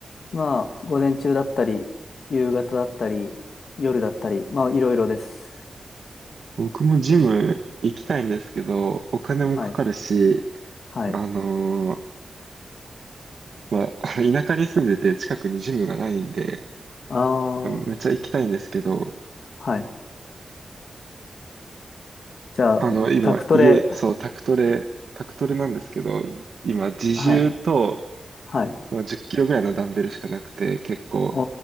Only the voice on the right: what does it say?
僕もジム行きたいんですけど、お金もかかるし、
あのーまあ、<laughs> あの田舎に住んでて近くにジムがないんで、
めっちゃ行きたいんですけど、
あの、今、
家、そう、宅トレ、タクトレなんですけど、今、自重と、
まあ、10キロぐらいのダンベルしかなくて、結構、